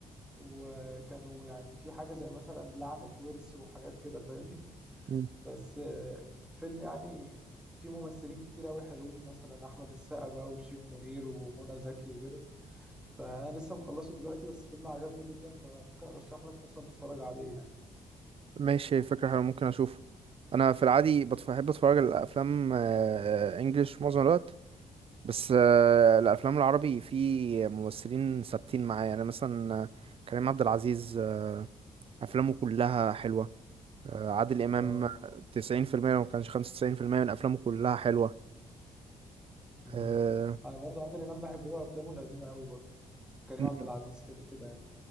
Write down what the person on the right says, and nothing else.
مم.
ماشي فكرة حلوة ممكن أشوفه أنا في العادي بتف- بحب أتفرج على أفلام إنجلش معظم الوقت بس آه، الأفلام العربي في ممثلين ثابتين معايا يعني مثلا آه، كريم عبد العزيز آه، أفلامه كلها حلوة آه، عادل إمام
90% لو ما كانش 95% من أفلامه كلها حلوة
آه
مم.